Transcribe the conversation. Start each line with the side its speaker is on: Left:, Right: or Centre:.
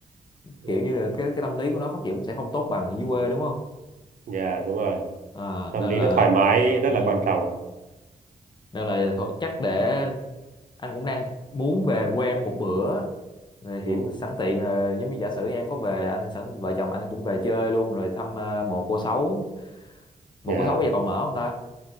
Right: ừ.
Left: kiểu như là cái cái tâm lý của nó phát triển cũng sẽ không tốt bằng ở dưới quê đúng không
Right: dạ đúng rồi
Left: à,
Right: tâm
Left: nên
Right: lý
Left: là
Right: nó thoải mái rất
Left: ừ,
Right: là quan trọng
Left: nên là thôi, chắc để anh cũng đang muốn về quê em một bữa Rồi
Right: ừ.
Left: hiện sẵn tiện là giống như giả sử em có về anh sẵn vợ chồng anh cũng về chơi luôn rồi thăm ờ, mộ cô Sáu mộ
Right: dạ
Left: cô Sáu bây giờ còn mở không ta